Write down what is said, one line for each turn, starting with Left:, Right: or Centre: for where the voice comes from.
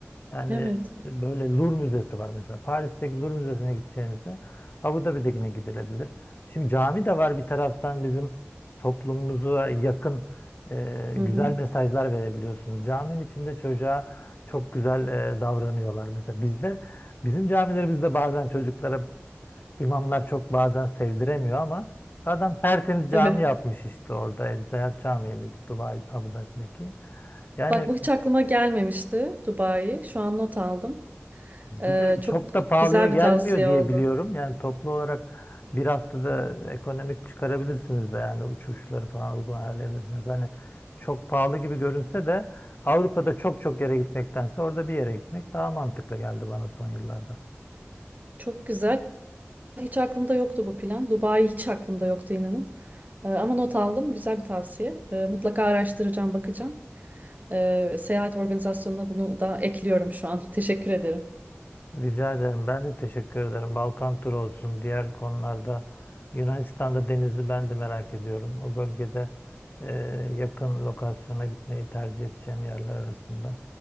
Left: Yani
Right: evet.
Left: e, böyle Louvre Müzesi var mesela. Paris'teki Louvre Müzesi'ne gideceğinize Abu Dhabi'dekine gidilebilir. Şimdi cami de var bir taraftan bizim toplumumuza yakın e,
Right: Hı
Left: güzel
Right: hı.
Left: mesajlar verebiliyorsunuz. Caminin içinde çocuğa çok güzel e, davranıyorlar. Mesela bizde bizim camilerimizde bazen çocuklara İmamlar çok bazen sevdiremiyor ama adam tertemiz cami
Right: Evet.
Left: yapmış işte orada El Zayat Camii miydi Dubai Abu Dhabi'deki. Yani
Right: Bak bu hiç aklıma gelmemişti Dubai. Şu an not aldım.
Left: bir
Right: Ee,
Left: de
Right: çok
Left: çok da pahalıya
Right: güzel
Left: gelmiyor
Right: bir tavsiye
Left: diye
Right: oldu.
Left: biliyorum. Yani toplu olarak bir haftada ekonomik çıkarabilirsiniz de yani uçuşları falan uygun ayarlayabilirsiniz. Hani çok pahalı gibi görünse de Avrupa'da çok çok yere gitmektense orada bir yere gitmek daha mantıklı geldi bana son yıllarda.
Right: Çok güzel. Hiç aklımda yoktu bu plan. Dubai hiç aklımda yoktu inanın. Ee, ama not aldım. Güzel bir tavsiye. Ee, mutlaka araştıracağım, bakacağım. Ee, seyahat organizasyonuna bunu da ekliyorum şu an. <laughs> Teşekkür ederim.
Left: Rica ederim. Ben de teşekkür ederim. Balkan turu olsun. Diğer konularda Yunanistan'da denizi ben de merak ediyorum. O bölgede e, yakın lokasyona gitmeyi tercih edeceğim yerler arasında.